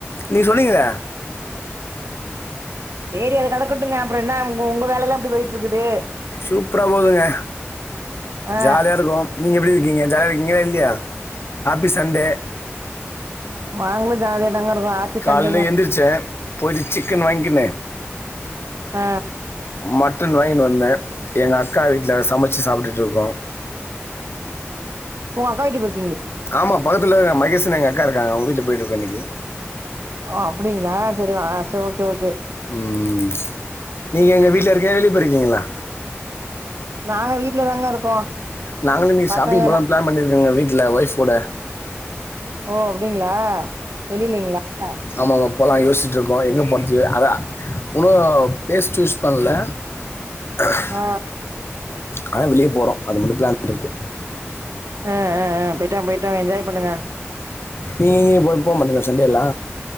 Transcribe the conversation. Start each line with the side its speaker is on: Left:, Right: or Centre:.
Left: நீ சொன்னீங்களே
Right: சேரி அது கடக்கட்டுங்க அப்புற என்ன உங்க உங்க வேலலெல்லா எப்டி போயிட்ருக்குது
Left: சூப்பரா போதுங்க
Right: ஆ
Left: ஜாலியா இருக்கோ நீங்க எப்படி இருக்கீங்க ஜாலியா இருக்கீங்களா இல்லையா ஆப்பி சண்டே
Right: நாங்கலு ஜாலியாதாங்க இரு ஓ ஆப்பி
Left: காலையில
Right: சண்டேங்க
Left: எந்திரிச்சேன். போயிட்டு சிக்கன் வாங்கிக்கின்னு,
Right: ஆ அ
Left: மட்டன் வாங்கினு வந்த எங்க அக்கா வீட்ல சமச்சு சாப்ட்டுட்டுருக்கோ
Right: ஓ அக்கா வீட்டுக் போ
Left: ஆமா பக்கத்துல தா மகேஷுனு எங்க அக்கா இருக்காங்க அவங்க வீட்ல போய் இருக்கோ இன்னைக்கு
Right: ஓ அப்படிங்களா சரி வா ச ஓகே ஓகே
Left: ம் நீங்க எங்க வீட்ல இருக்கயா வெளிய போயிருக்கீங்களா
Right: நாங்க வீட்ல தாங்க இருக்கோ
Left: நாங்களு இன்னிக்கு
Right: பசங்க
Left: ஷாப்பிங்
Right: எல்லா
Left: போலனு ப்ளான் பண்ணியிருக்கோங்க வீட்ல ஒய்ஃப் கூட
Right: ஓ அப்டிங்ளா வெளிலைங் <inaudible>
Left: ஆமாங்க இப்ப தா யோஸ்ச்சிட்டுருக்கோ எங்க போற்த்து அதா இன்னு ப்ளேஸ் சூஸ் பண்ல அஹ
Right: ஆ
Left: ஆனா வெளிய போறோ அது மட்டு ப்ளான் இருக்கு
Right: ஆ ஆ ஆ போய்ட்டுவாங்க போய்ட்டுவாங்க என்ஜாய் பண்ணுங்க
Left: நீங்க <inaudible> போ போக மாட்டீங்களா சண்டேல்லா